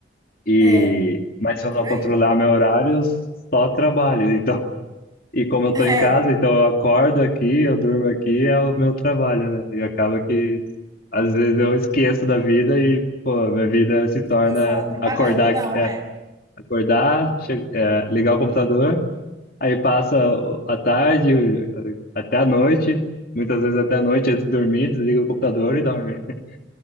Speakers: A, on the left; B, on the right.
A: E,
B: é,
A: mas
B: é
A: se
B: por
A: eu não
B: aí.
A: controlar meu horário, eu só trabalho. <laughs> Então, e como eu
B: É,
A: tô em casa, então eu acordo aqui, eu durmo aqui, é o meu trabalho, né? E acaba que às vezes eu esqueço da vida e, pô, minha vida se torna
B: fica só trabalhando,
A: acordar,
B: não
A: aqui- é,
B: é.
A: acordar, che- é, ligar o computador, aí passa o- a tarde, o- até a noite, muitas vezes até a noite, antes de dormir, desliga o computador e dorme. <laughs>